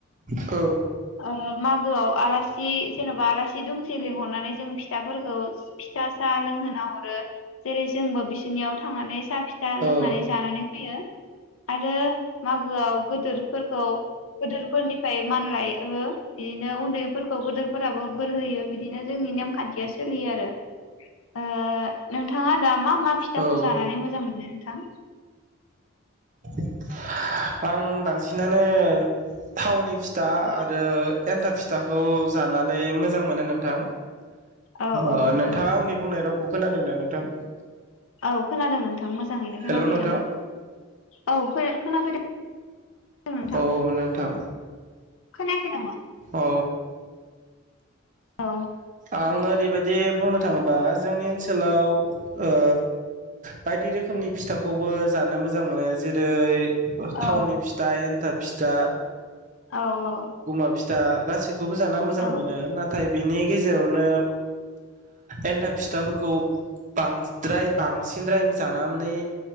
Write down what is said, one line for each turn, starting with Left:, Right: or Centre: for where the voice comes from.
Right: औ।
Left: ओ मागोआव आलासि जेनबा आलासि दुमसि लिंहरनानै जों फिथाफोरखौ फिथा साहा लोंहोना हरो जेरै जोंबो बिसोरनियाव थांनानै सा फिथा लोंनानै
Right: औ
Left: जानानै फैयो। आरो मागोआव गोदोरफोरखौ गोदोरफोरनि ओमफ्राय मानलायबो बिदिनो उन्दैफोरखौ गोदोरफोराबो बोर होयो बिदिनो जोंनि नेमखान्थिया सोलियो आरो ओ नोंथाङा दा मा मा फिथाखौ
Right: औ औ
Left: जानानै मोजां मोनो? थां।
Right: <inaudible> आं बांसिनानो थावनि फि फिथा
Left: औ
Right: आरो एन्थाब फिथाखौ जानानै मोजां मोनो नोंथां।
Left: औ औ
Right: ओ
Left: नंगौ
Right: नोंथाङा आंनि बुंनाय राव खौ खोनादोंना नोंथां?
Left: औ खोनादों नोंथां मो मोजाङैनो खोनाफैदों
Right: हेलौ नोंथां
Left: औ फै खोनाफैदों दों नोंथां।
Right: औ नोंथां
Left: खोनायाखै नामा?
Right: औ
Left: औ
Right: आं ओरैबायदि दि बुंनो थाङोबा जोंनि ओनसोलाव ओ बायदि रोखोमनि फिथाखौबो जानो मोजां मोनो जेरै
Left: औ
Right: थावनि फिथा एन्थाब फिथा
Left: औ औ।
Right: फिथा‌ गासै खौबो जाना मोजां
Left: औ
Right: मोनो नाथाय नाथाय बिनि गेजेरावनो एनथाब फिथा फिथाफोरखौ बांद्राय बांसिनद्राय जानानै